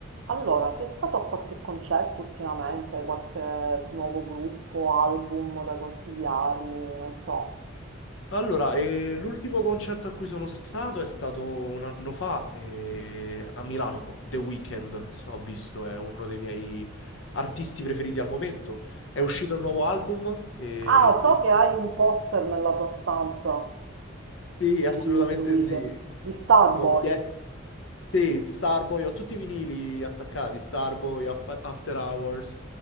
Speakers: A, on the right; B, on the left.
A: Allora, sei stato a qualche concerto ultimamente, qualche nuovo gruppo, album da consigliarmi, non so.
B: Allora, eh, l'ultimo concerto a cui sono stato è stato un anno fa eh, a Milano, The Weeknd, ho visto, è uno dei miei artisti preferiti al momento. È uscito il nuovo album e
A: Ah,
B: quindi
A: so che hai un poster nella tua stanza
B: sì, assolutamente
A: di The Weeknd,
B: sì.
A: di Starboy,
B: Sono pie- sì, Starboy, ho tutti i vinili attaccati, Starboy, Af- After Hours,